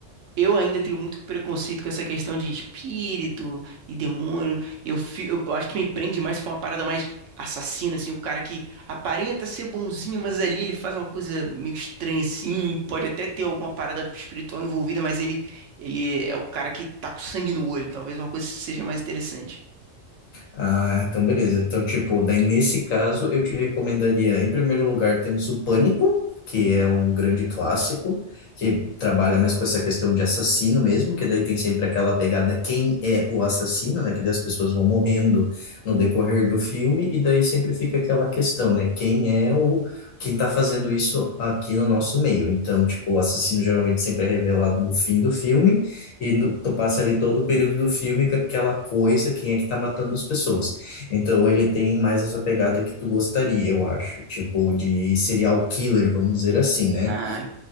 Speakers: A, on the right; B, on the left.
A: Eu ainda tenho muito preconceito com essa questão de espírito e demônio. Eu, fi- eu- eu acho que me prende mais se for uma parada mais assassina, assim, o cara que aparenta ser bonzinho, mas ali ele faz uma coisa meio estranha, assim, pode até ter alguma parada espiritual envolvida, mas ele, ele é o cara que tá com sangue no olho. Talvez uma coisa seja mais interessante.
B: Ah, então beleza. Então, tipo, daí nesse caso eu te recomendaria, em primeiro lugar, temos o Pânico, que é um grande clássico, que trabalha mais com essa questão de assassino mesmo, que daí tem sempre aquela pegada quem é o assassino, né? Que daí as pessoas vão morrendo no decorrer do filme, e daí sempre fica aquela questão, né? Quem é o quem tá fazendo isso aqui no nosso meio? Então, tipo, o assassino geralmente sempre é revelado no fim do filme e no- tu passa ali todo o período do filme com aquela coisa, quem é que tá matando as pessoas. Então ele tem mais essa pegada que tu gostaria, eu acho, tipo de serial killer, vamos dizer assim, né?
A: Ah,